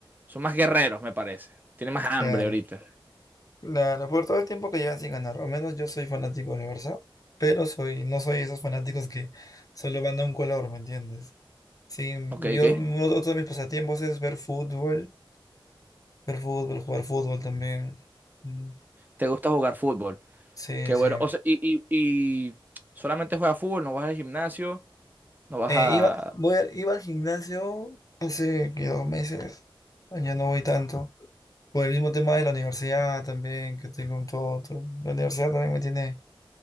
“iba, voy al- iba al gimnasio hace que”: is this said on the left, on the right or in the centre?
Left